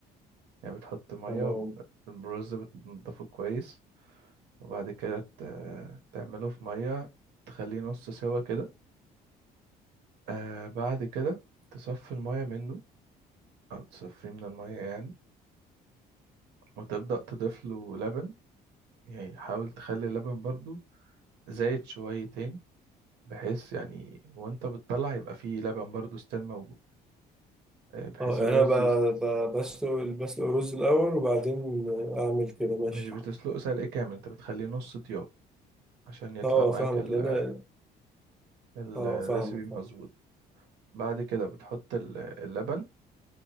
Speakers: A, on the right; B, in the centre.
A: يعني بتحط مية
B: تمام
A: الرز بتنضفه كويس وبعد كده ت- تعمله في مية تخليه نص سوا كده آه بعد كده تصفي المية منه أو تصفيه من المية يعني وتبدأ تضيف له لبن يعني حاول تخلي اللبن برضو زايد شويتين بحيث يعني وانت بتطلع يبقى فيه لبن برضو ستيل موجود آه، بحيث
B: أه
A: الرز
B: يعني أنا ب- ب- بسلق بسلق الرز الأول وبعدين أعمل كده ماشي
A: مش بتسلقه سلق كامل انت بتخليه نص طياب عشان يطلع
B: أه
A: معاك
B: فاهمك
A: ال...
B: لأن أنا
A: ال-
B: أه
A: الرecipe
B: فاهمك فاهمك
A: مظبوط بعد كده بتحط ال- اللبن